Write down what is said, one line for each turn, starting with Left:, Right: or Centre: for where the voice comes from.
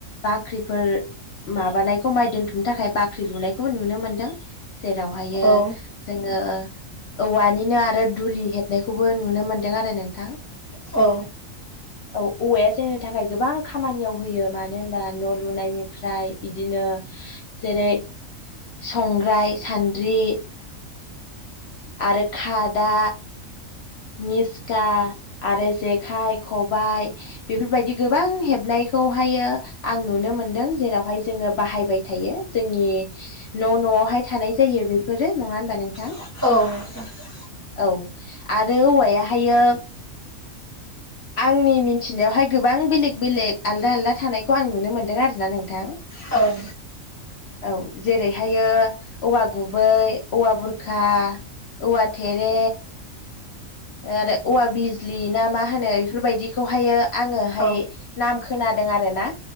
Left: बाख्रिफोर माबानायखौ माइ दोनथुमनो थाखाय बाख्रि लुनायखौबो नुनो मोनदों। जेरावहायो
Right: औ
Left: जोंङो औवानिनो आरो दुलि हेबनायखौबो नुनो मोनदों आरो नोंथां
Right: औ
Left: औ औवाया जोंनि थाखाय गोबां खामानियाव होयो मानो होनबा ना लुनायनिफ्राय बिदिनो जेरै संग्राय सान्द्रि आरो खादा निस्खा आरो जेखाइ खबाय बेफोरबायदि गोबां हेबनायखौहायो आं नुनो मोनदों जेरावहाय जोंङो बाहायबाय थायो जोंनि न' न'आवहाय थानाय जायो बेफोरो नंङा होनबा नोंथां
Right: औ
Left: औ आरो औवा हाय हायो आंनि मिन्थिनायावहाय गोबां बेलेग बेलेग आलदा आलदा थानायखौ आं नुनो मोनदों। दों आरोना नोंथां
Right: औ
Left: औ जेरै हायो औवा गुबै औवा बुरखा औवा थेरे आरो औवा बिजलि ना मा होनो बेफोरबायदिखौहायो आंङो हाय
Right: औ
Left: नाम खोनादों आरो ना